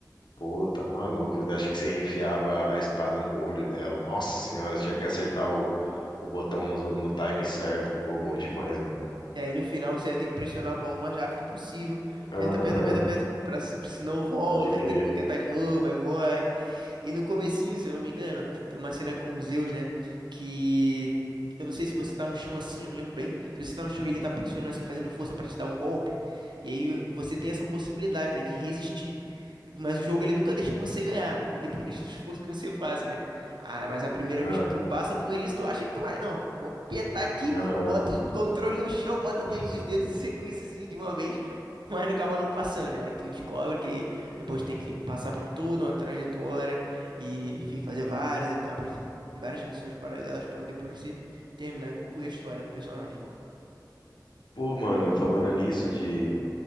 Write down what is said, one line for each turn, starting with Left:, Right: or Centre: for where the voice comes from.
Left: Pô, tá maluco. Eu Acho que você enfiava a espada no olho dela. Nossa senhora, tinha que acertar o, o botão no... no time certo. Pô, bom demais, mano.
Right: E aí no final você vai ter que pressionar a bola o mais rápido possível. Aperta,
Left: Aham,
Right: aperta, aperta, aperta. Pra se, se não volta,
Left: pode crer.
Right: aí tem que tentar de novo, aí morre. E no comecinho, se eu não me engano, tem uma cena com o Zeus, né? Que eu não sei se você tá no chão assim, eu não lembro bem. Se você tá no chão e ele tá pressionando assim, fazendo força pra te dar um golpe, e aí você tem essa possibilidade, né, de resistir. Mas o jogo ele nunca deixa você ganhar, independente do esforço que você faça, né? Ah, mas a primeira
Left: Ah,
Right: vez que tu passa por isso, tu acha que tu vai, não, vou apertar aqui,
Left: Aham.
Right: bota o controle no chão, bota
Left: <laughs>
Right: todos os dedos em sequência assim de uma vez, mas não acaba não passando, né? Aí tu descobre que depois tem que passar por toda uma trajetória e, enfim, fazer várias etapas, várias missões paralelas para depois você terminar e concluir a história do personagem.
Left: Pô, mano, falando nisso de